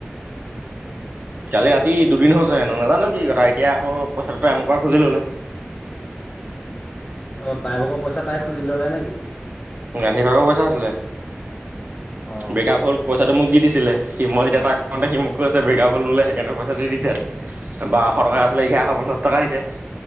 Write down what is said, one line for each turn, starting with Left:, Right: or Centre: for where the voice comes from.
Right: কালি ৰাতি দুদিন হৈছে হেনো নাজানো কি কথা এতিয়া আকৌ পইচাটোটো আমপা খুজি ললে।
Left: অ তাই ভাগ পইচা তাই খুজি ললে নেকি।
Right: গান্ধীভাগৰ পইচা আছিলে,
Left: অ
Right: ব্ৰেকআপ হ'ল পইচাটো মোক দি দিছিলে সি মই যেতিয়া তাক- সন্দেহ
Left: অ
Right: সি মোক- কৈছে ব্ৰেকআপ হল বোলে সেইকাৰণে পইচাটো দি দিছে বাৰশ টকা আছিলে এঘাৰশ পঞ্চাশ টকা দিছে।